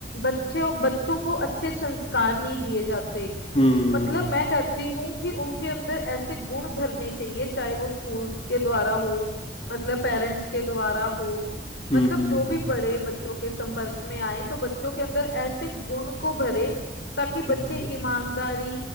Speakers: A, on the left; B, on the left.
A: बच्चों बच्चों को अच्छे संस्कार नहीं दिए जाते
B: हम्म
A: मतलब मैं कहती हूँ कि उनके अंदर ऐसे गुण भरने चाहिए चाहे वो स्कूल्स के द्वारा हो मतलब पेरेंट्स के द्वारा हो
B: हम्म
A: मतलब
B: हम्म
A: जो भी बड़े बच्चों के संपर्क में आए तो बच्चों के अंदर ऐसे गुण को भरे ताकि
B: हम्म,
A: बच्चे ईमानदारी